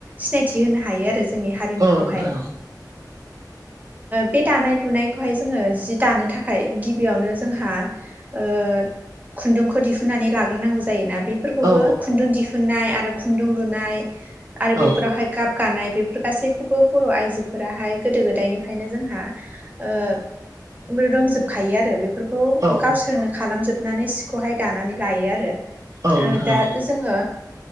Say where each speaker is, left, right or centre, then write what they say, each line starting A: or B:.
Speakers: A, on the right; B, on the right.
A: सिनायथि होनो हायो आरो जोंनि हारिमुखौहाय
B: औ नोंथां औ
A: बे दानाय लुनायखौहाय जोंङो जि दानो थाखाय गिबियावनो जोंहा ओ खुन्दुंखौ दिहुननानै लाग्रोनांगौ जायोना। बेफोरखौबो
B: औ
A: खुन्दुं दिहुननाय आरो खुन्दुं लुनाय आरो बेफोरावहाय
B: औ
A: गाब गानाय बेफोर गासैखौबो बर' आइजोफोराहाय गोदो गोदायनिफ्रायनो जोंहा ओ रोंजोबखायो आरो बेफोरखौ
B: औ
A: गावसोरनो खालामजोबनानै सिखौहाय दानानै लायो आरो
B: औ नोंथां
A: दा जोंङो